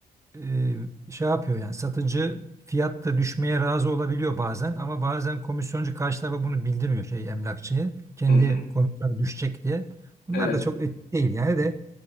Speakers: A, on the right; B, on the left.
A: e, şey yapıyor yani satıcı fiyatta düşmeye razı olabiliyor bazen ama bazen komisyoncu karşı tarafa bunu bildirmiyor şey emlakçıya. Kendi
B: Hı hı.
A: komisyon düşecek diye. Bunlar
B: Evet.
A: da çok etik değil yani de